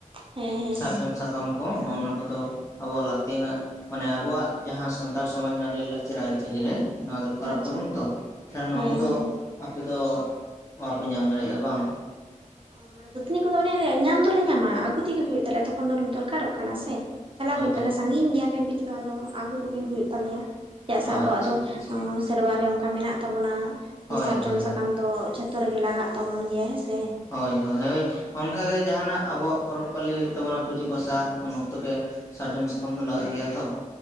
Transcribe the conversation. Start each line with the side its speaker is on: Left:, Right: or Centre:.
Right: ᱦᱮᱸ ᱦᱮᱸ
Left: ᱥᱟᱨᱡᱚᱢ ᱥᱟᱠᱟᱢ ᱠᱚ ᱱᱚᱜ ᱚᱱᱟ ᱠᱚᱫᱚ ᱟᱵᱚᱣᱟᱜ ᱞᱟᱹᱠᱛᱤ ᱟᱱᱟᱜ ᱢᱟᱱᱮ ᱟᱵᱚᱣᱟᱜ ᱡᱟᱦᱟᱸ ᱥᱟᱱᱛᱟᱲ ᱥᱚᱢᱟᱡᱽ ᱨᱮᱱᱟᱜ ᱞᱟᱹᱭ ᱞᱟᱠᱪᱟᱨ ᱟᱹᱨᱤᱪᱟᱹᱞᱤ ᱨᱮ ᱱᱚᱣᱟ ᱫᱚᱨᱠᱟᱨᱚᱜ
Right: ᱟᱪᱪᱷᱟ
Left: ᱛᱟᱵᱚᱱ ᱛᱚ ᱠᱷᱟᱱ ᱱᱚᱣᱟ
Right: ᱦᱮᱸ
Left: ᱠᱚᱫᱚ
Right: ᱦᱮᱸ
Left: ᱟᱯᱮ ᱫᱚ ᱵᱟᱯᱮ ᱧᱟᱢ ᱫᱟᱲᱮᱭᱟᱜ-ᱟ ᱵᱟᱝ
Right: ᱚᱸ ᱢᱟᱱᱮ ᱫᱟᱹᱛᱟᱹᱱᱤ ᱠᱚᱫᱚ ᱚᱱᱮᱮ ᱞᱮ ᱧᱟᱢ ᱫᱚᱞᱮ ᱧᱟᱢᱟ ᱟᱹᱜᱩ ᱛᱮᱜᱤ ᱦᱩᱭᱩᱜ ᱛᱟᱞᱮᱭᱟ ᱛᱚᱠᱷᱚᱱ ᱫᱚ ᱫᱚᱨᱠᱟᱨᱚᱜ ᱠᱟᱱᱟ ᱥᱮ ᱪᱟᱞᱟᱜ
Left: ᱦᱳᱭ
Right: ᱦᱩᱭᱩᱜ ᱛᱟᱞᱮᱭᱟ
Left: ᱦᱳᱭ
Right: ᱥᱟᱸᱜᱤᱧ ᱜᱮᱭᱟᱞᱮ ᱵᱤᱨ ᱫᱚ ᱟᱫᱚ ᱟᱹᱜᱩ ᱫᱩᱜᱮ ᱦᱩᱭᱩᱜ ᱛᱟᱞᱮᱭᱟ ᱪᱮᱫᱟᱜ ᱥᱮ
Left: ᱚ
Right: ᱟᱵᱚᱣᱟᱜ
Left: ᱟᱪᱪᱷᱟ
Right: ᱫᱚ
Left: ᱟᱪᱪᱷᱟ
Right: ᱟᱸ ᱥᱮᱨᱣᱟ ᱨᱮ ᱚᱱᱠᱟ ᱢᱮᱱᱟᱜ ᱛᱟᱵᱚᱱᱟ
Left: ᱦᱳᱭ
Right: ᱡᱮ ᱥᱟᱨᱡᱚᱢ
Left: ᱦᱳᱭ
Right: ᱥᱟᱠᱟᱢ
Left: ᱦᱳᱭ
Right: ᱫᱚ ᱡᱷᱚᱛᱚ ᱨᱮᱜᱮ ᱞᱟᱜᱟᱜ ᱛᱟᱵᱚᱱ ᱜᱮᱭᱟ ᱦᱮᱸ ᱥᱮ
Left: ᱦᱳᱭ ᱦᱳᱭ ᱦᱳᱭ ᱚᱱᱠᱟ ᱜᱮ ᱡᱟᱦᱟᱱᱟᱜ ᱟᱵᱚᱣᱟᱜ ᱯᱚᱨᱚᱵᱽ ᱯᱟᱞᱤ ᱦᱩᱭᱩᱜ ᱛᱟᱵᱚᱱᱟ ᱯᱩᱡᱟᱹ ᱯᱟᱥᱟ ᱩᱱ ᱚᱠᱛᱚ ᱜᱮ ᱥᱟᱨᱡᱚᱢ ᱥᱟᱠᱟᱢ ᱫᱚ ᱞᱟᱜᱟᱜ ᱜᱮᱭᱟ ᱛᱚ